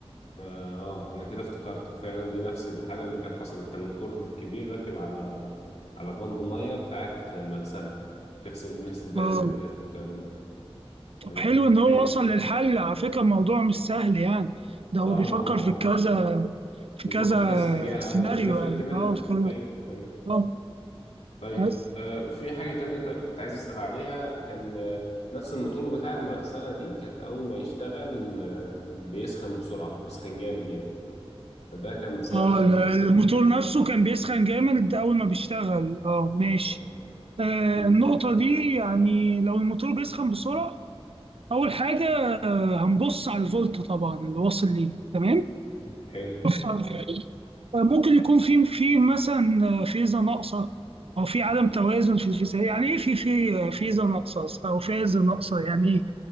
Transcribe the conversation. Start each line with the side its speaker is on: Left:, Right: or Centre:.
Left: فا اه انا كده افتكرت فعلا دي نفس الحاله اللي كانت حصلت كان موتور كبير راكب على على بمب ميه بتاعت مغسله بتغسل بنغسل بيها
Right: اه
Left: المعدات والكلام ده
Right: طب
Left: تمام
Right: حلو ان هو
Left: حلو
Right: وصل للحل على فكره الموضوع مش سهل يعني ده هو
Left: اه
Right: بيفكر
Left: ما هو
Right: في كذا في
Left: بيفكر
Right: كذا
Left: في كذا اتجاه
Right: سيناريو
Left: اه انا كده فهمت
Right: يعني.
Left: منك
Right: اه في كذا-
Left: ايوه ايوه
Right: اه
Left: طيب
Right: بس
Left: آه في حاجه تانية طيب كنت عايز اسال عليها كان آه نفس الموتور بتاع المغسله دي كانت اول ما يشتغل آه بيسخن بسرعه بيسخن جامد يعني فده كان بسبب
Right: اه
Left: ايه
Right: ال-
Left: طيب
Right: الموتور
Left: او ايه ال-
Right: نفسه كان بيسخن جامد اول ما بيشتغل اه ماشي
Left: اه
Right: آه
Left: مم.
Right: النقطه دي يعني لو الموتور بيسخن بسرعه اول حاجه آه، هنبص على الفولت طبعا اللي واصل ليه تمام
Left: حلو
Right: بص على الفولت. آه، ممكن يكون في في مثلا فيزا ناقصه او في عدم توازن في الفيزا يعني ايه في في فيزا ناقصه او فازه ناقصه يعني ايه